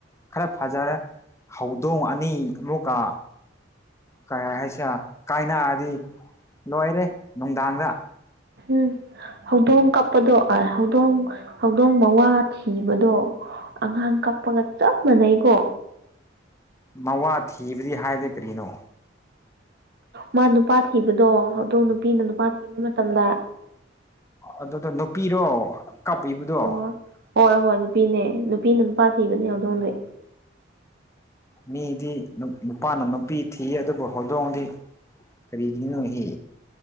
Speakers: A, on the left; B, on the right.
A: ꯈꯔ ꯐꯖꯔꯦ ꯍꯧꯗꯣꯡ ꯑꯅꯤ ꯑꯃꯨꯛꯀ ꯀꯩ ꯍꯥꯏꯁꯦ ꯀꯥꯏꯅꯥꯔꯗꯤ ꯂꯣꯏꯔꯦ ꯅꯨꯡꯗꯥꯡꯗ
B: ꯎꯝ ꯍꯧꯗꯣꯡ ꯀꯞꯄꯗꯣ ꯍꯧꯗꯣꯡ ꯍꯧꯗꯣꯡ ꯃꯋꯥ ꯊꯤꯕꯗꯣ ꯑꯉꯥꯡ ꯆꯞꯄꯒ ꯆꯞ ꯃꯅꯩꯀꯣ
A: ꯃꯋꯥ ꯊꯤꯕꯗꯤ ꯍꯥꯏꯗꯤꯦ ꯀꯔꯤꯅꯣ
B: ꯃꯥ ꯅꯨꯄꯥ ꯊꯤꯕꯗꯣ ꯍꯧꯗꯣ ꯅꯨꯄꯤꯅ ꯅꯨꯄꯥ ꯊꯤꯕ ꯃꯇꯝꯗ
A: ꯑꯗꯨꯗ ꯅꯨꯄꯤꯔꯣ ꯀꯞꯂꯤꯕꯗꯣ
B: ꯑꯣ ꯍꯣꯏ ꯍꯣꯏ ꯅꯨꯄꯤꯅꯦ ꯅꯨꯄꯤꯅ ꯅꯨꯄꯥ ꯊꯤꯕꯅꯦ ꯌꯥꯎꯗꯧꯅꯦꯩ
A: ꯃꯤꯗꯤ ꯅꯨꯄꯥꯅ ꯅꯨꯄꯤ ꯊꯤ ꯑꯗꯨꯕꯨ ꯍꯧꯗꯣꯡꯗꯤ ꯀꯔꯤꯗꯅꯤꯅꯁꯤ